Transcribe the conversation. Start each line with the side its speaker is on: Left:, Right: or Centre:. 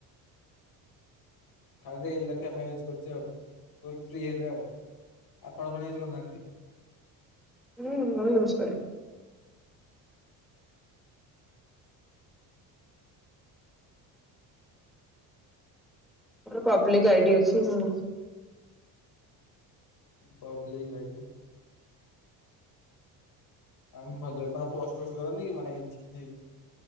Left: ଖା ଦେେଖିବା ପାଇଁ ୟୁଜ୍ କରୁଛି ଆଉ ଫ୍ରି ହେଲେ ଆଉ ଆପଣ କଣ ୟୁଜ କରୁନାହାନ୍ତି
Centre: ହୁଁ ଓଇ ହଉଷରେ ପବ୍ଲିକ ଆଇଡି ଅଛି ମୁଁ
Left: ପବ୍ଲିିକ ଗଡ଼ି ଆ ଭଲ କଣ ପୋଷ୍ଟ ଫୋଷ୍ଟ କରନ୍ତି କି ମାନେ କି